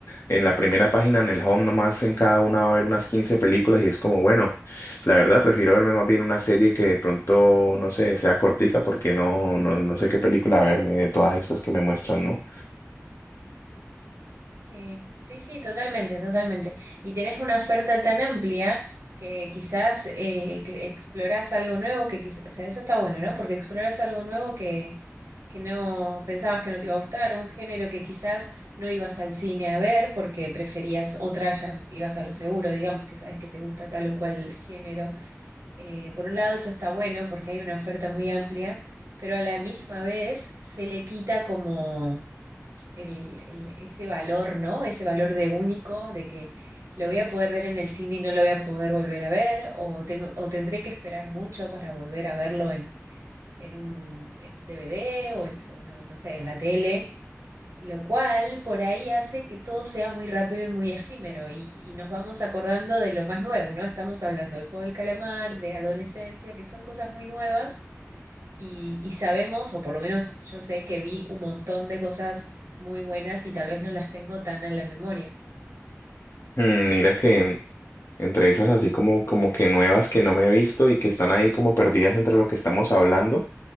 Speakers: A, on the left; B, on the right.
A: en la primera página, en el home nomás en cada una va a haber unas 15 películas y es como, bueno, la verdad prefiero verme más bien una serie que de pronto, no sé, sea cortica porque no, no, no sé qué película verme de todas estas que me muestran, ¿no?
B: sí, sí, sí, totalmente, totalmente. Y tenés una oferta tan amplia que quizás eh, que explorás algo nuevo que quizás, o sea, eso está bueno, ¿no? Porque explorás algo nuevo que, que no pensabas que no te iba a gustar, un género que quizás no ibas al cine a ver porque preferías otra, ya ibas a lo seguro, digamos, que sabes que te gusta tal o cual género. Eh, por un lado, eso está bueno porque hay una oferta muy amplia, pero a la misma vez se le quita como el- el- ese valor, ¿no? Ese valor de único, de que lo voy a poder ver en el cine y no lo voy a poder volver a ver, o, tengo, o tendré que esperar mucho para volver a verlo en, en un, en un DVD o, en- o no, no sé, en la tele, lo cual por ahí hace que todo sea muy rápido y muy efímero y, y nos vamos acordando de lo más nuevo, ¿no? Estamos hablando del juego del calamar, de adolescencia, que son cosas muy nuevas y, y sabemos, o por lo menos yo sé que vi un montón de cosas muy buenas y tal vez no las tengo tan en la memoria.
A: Mm, Mira que entre esas así como, como que nuevas que no me he visto y que están ahí como perdidas entre lo que estamos hablando.